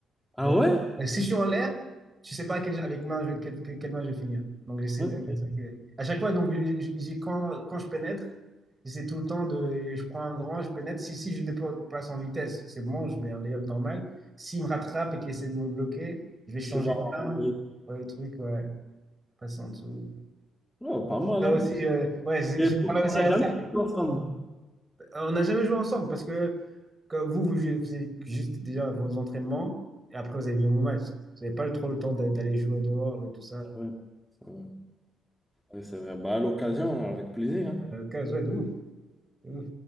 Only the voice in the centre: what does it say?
Ah
ouais?
Ok.
Tu vas
en-
Oh, pas mal,
hein?
Mais
on
l'a
jamais
fait ensemble.
Ouais, c'est vrai. Ouais, c'est vrai. Bah, à l'occasion, avec plaisir. hein.